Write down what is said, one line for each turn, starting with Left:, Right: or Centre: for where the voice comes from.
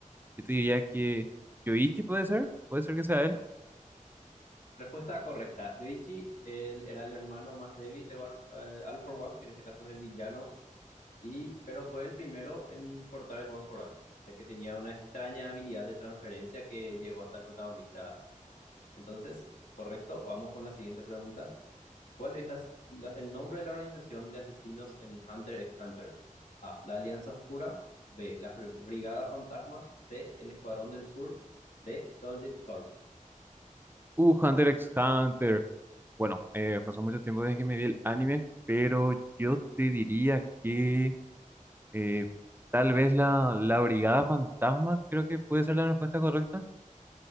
Right: yo te diría que Yoichi puede ser, puede ser que sea él.
Left: Respuesta correcta. Yoichi, él era el hermano más débil de All, eh, All for One, que en este caso es el villano Y, pero fue el primero en portar el One for All, ya que tenía una extraña habilidad de transferencia que llegó hasta el protagonista. Entonces, correcto, vamos con la siguiente pregunta. ¿Cuál es las- la- el nombre de la organización de asesinos en Hunter x Hunter? A. La Alianza Oscura. B. La Fre- Brigada Fantasma. C. El Escuadrón del Sur. D. Solid Corps.
Right: Uh, Hunter x Hunter. Bueno, eh, pasó mucho tiempo desde que me vi el anime, pero yo te diría que eh, tal vez la, la Brigada Fantasma creo que puede ser la respuesta correcta.